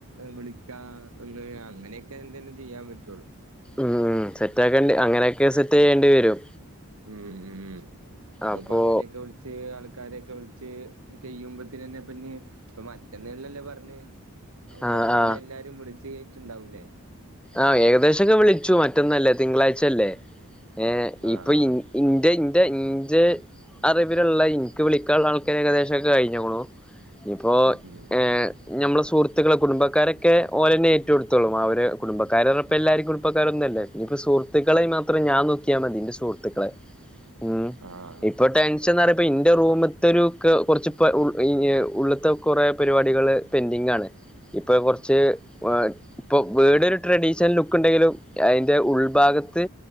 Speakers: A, on the right (about 75°); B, in the centre.
A: വിളിക്കാന്നു ള്ളെ അങ്ങനെയൊക്കെ എന്തേലും ചെയ്യാൻ പറ്റുള്ളൂ.
B: ഉം സെറ്റ് ആക്കേണ്ടി അങ്ങനെയൊക്കെ സെറ്റ് ചെയ്യേണ്ടി വരും.
A: ഉം ഉം ഉം അതിപ്പൊ
B: അപ്പോ
A: അങ്ങനെയൊക്കെ വിളിച്ച് ത് ആൾക്കാരെയൊക്കെ വിളിച്ച് കയ്യുമ്പത്തന്നെ പിന്നെ മറ്റന്നല്ലല്ലോ പറഞ് അത്
B: ആ
A: മൊത്തത്തില്
B: ആ
A: എല്ലാരും വിളിച്ചു കഴിഞ്ഞിട്ടുണ്ടാവൂലേ?
B: ആഹ് ഏകദേശംഒക്കെ വിളിച്ചു മറ്റൊന്നല്ലേ തിങ്കളാഴ്ച്ചല്ലേ ഏഹ്
A: ആഹ്
B: ഇപ്പൊയീ ഇൻ്റെ ഇൻ്റെ ഇൻ്റെ അറിവിലുള്ള എനിക്ക് വിളിക്കാനുള്ള ആൾക്കാരെ ഏകദേശം ഒക്കെ കഴിഞ്ഞേക്കണു. ഇപ്പോ
A: ഉം ഉം
B: ഹേ ഞമ്മളെ സുഹൃത്തുക്കളെ കുടുംബക്കാരൊക്കെ ഓലെന്നെ ഏറ്റെടുത്തളൂ അവര് കുടബക്കാരർ ഉറപ്പ എല്ലാരും കുബക്കാരൊന്നുംല്ലേ ഇനിപ്പോപ്പ സുഹൃത്തുക്കളെ മാത്രം ഞൻ നോക്കിയാ മതിന്റെ സുഹൃത്തുക്കളെ ഉം
A: ആഹ്
B: ഇപ്പ ടെ ഷന്നറിപ്യ ഇന്റെ റൂമ്ത്തെ ഒരു കെ കുറച്ച് പ ഉൾ ഈയ് ഉള്ളത്തെ കുറെ പരിപാടികള് പെന്റിങ് ആണ്. ഇപ്പൊ കൊറച്ച് വ ഇപ്പൊ വീടര് ട്രഡീഷണൽ ലുക്കുണ്ടെങ്കിലും അയിന്റെ ഉൾഭാഗത്ത്